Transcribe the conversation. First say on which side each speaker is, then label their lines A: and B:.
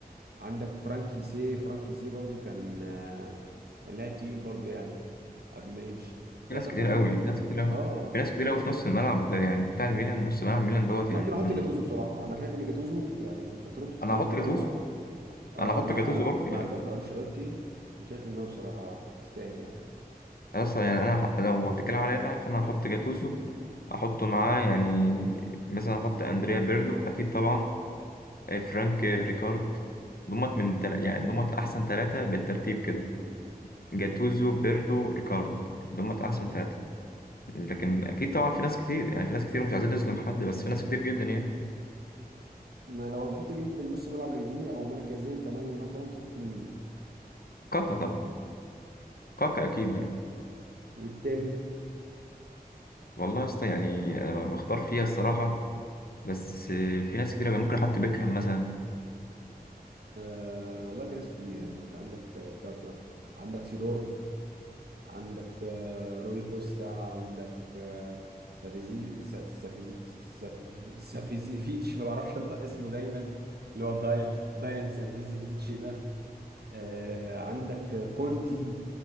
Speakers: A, on the right; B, on the left.
A: عندك فرانكي سي فرانكي سي برضو كان آه، كان لاعب تقيل برضو يعني قبل ما يمشي
B: في
A: تعتقد
B: ناس كتير
A: مين
B: قوي في ناس كتير قوي
A: اه
B: في ناس كتير
A: في ناس
B: قوي في
A: كتير
B: نص الملعب يعني بتاع الميلان نص ملعب ميلان دوت
A: انا
B: يعني
A: ممكن
B: من
A: احط جاتوزو بصراحه انا شايف ان جاتوزو يعني فترته التاريخيه
B: أنا هحط جاتوزو
A: مع اه
B: أنا هحط
A: مع
B: جاتوزو برضه
A: مع
B: يعني
A: كارلو انشيلوتي انا شايف ان هو بصراحه يستاهل يعني
B: أصلا يعني أنا ح- لو بتتكلم عليا أنا فأنا هحط جاتوزو أحطه معاه يعني مثلا أحط أندريا بيرلو أكيد طبعا آه، فرانك ريكارد دمت من تل... يعني دمت احسن ثلاثة بالترتيب كده جاتوزو بيرلو ريكارد دمت احسن ثلاثة لكن اكيد طبعا في ناس كتير يعني في ناس كتير مش عايزين نظلم حد بس في ناس كتير جدا يعني
A: ما لو هتحط مين في النص ملعب الهجومي او مركزين ثمانية مثلا تحط مين
B: كاكا طبعا كاكا اكيد
A: والت...
B: يعني
A: والتاني
B: والله يا اسطى يعني أنا مختار فيها الصراحة بس في ناس كتير أوي. يعني. ممكن احط بيكهام مثلا
A: آه والله في ناس كتير يعني انت عندك آه، كاكا عندك سيدورف عندك آه روي كوستا عندك آه سافيزي سا- سافيزي سافيفي سافيزيفيتش ما بعرفش انطق اسمه دايما اللي هو دايان دايان سافيزيفيتش ده آه عندك آه، كونتي